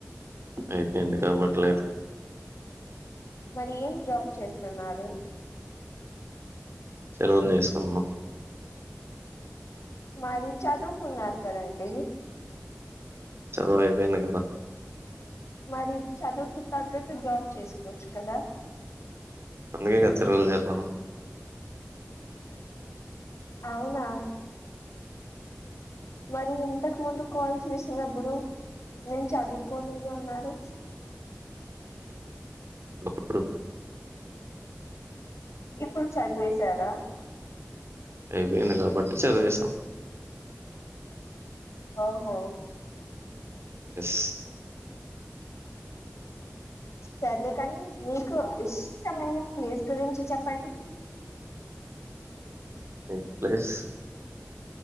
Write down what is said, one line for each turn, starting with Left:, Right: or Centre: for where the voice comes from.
Right: అయిపోయింది కాబట్లేదు
Left: మరి ఏం జాబ్ చేస్తున్నారు
Right: సలవులు చేసుకున్నాం
Left: మరి చదువుకున్నారు కదండి
Right: చదువు అయిపోయింది గదా
Left: మరి చదువుకి తగ్గట్టు జాబ్ చేసుకోవచ్చు కదా.
Right: అందుకేగా ఎచ్చ రోజులు చేత్తన్నాను
Left: అవునా మరి ఇంతకు ముందు కాల్ చేసినప్పుడు నేను చదువుకోలేదు అన్నారు.
Right: అది ఒకప్పుడు
Left: ఇప్పుడు చదివేశారా?
Right: అయిపోయింది కాబట్టి చదివేశాం.
Left: ఓహో
Right: ఎస్
Left: సర్లే కానీ మీకు ఇష్టమైన ప్లేస్ గురించి చెప్పండి.
Right: ఏం ప్లేస్